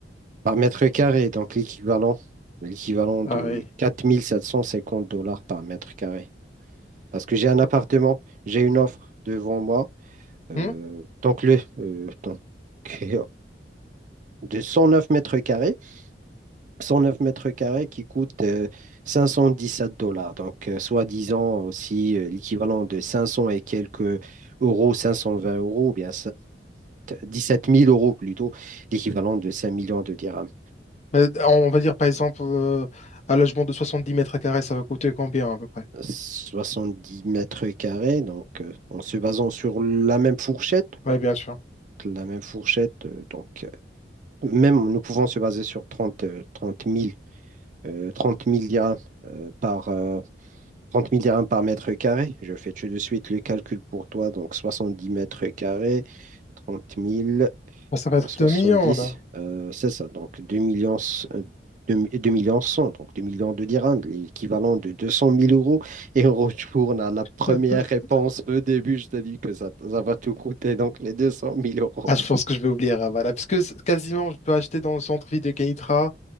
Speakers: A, on the right; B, on the left.
A: par mètre carré. Donc, l'équivalent, l'équivalent
B: Ah
A: de
B: oui.
A: quatre mille sept cent cinquante dollars par mètre carré. Parce que j'ai un appartement, j'ai une offre devant moi. Euh,
B: Hmm
A: donc, le, euh, donc, <laughs> de 109 mètres carrés, cent neuf mètres carrés qui coûte euh, sept dollars. Donc, euh, soi-disant aussi euh, l'équivalent de 500 et quelques euros, 520 euros, ou bien dix sept mille euros plutôt, l'équivalent de 5 millions de dirhams.
B: Mais on va dire par exemple euh, un logement de 70 mètres carrés, ça va coûter combien à peu près?
A: 70 mètres carrés, donc euh, en se basant sur la même fourchette,
B: Oui, bien sûr.
A: la même fourchette, euh, donc euh, même nous pouvons se baser sur 30 euh, 30 000 euh, 30 000 dirhams euh, par, euh, 30 000 dirhams par mètre carré. Je fais tout de suite le calcul pour toi. Donc 70 mètres carrés, 30 000
B: Bon, ça va être
A: fois 70,
B: 2 millions là.
A: euh, c'est ça. Donc 2 millions, euh, 2, 2 millions 100, donc 2 millions de dirhams, l'équivalent de 200 000 euros. Et on retourne à la première
B: <laughs>
A: réponse au début. Je t'ai dit que ça, ça va tout coûter, donc les 200 000 euros,
B: Ah, je pense que je vais oublier Ravala, parce que c- quasiment je peux acheter dans le centre-ville de Kenitra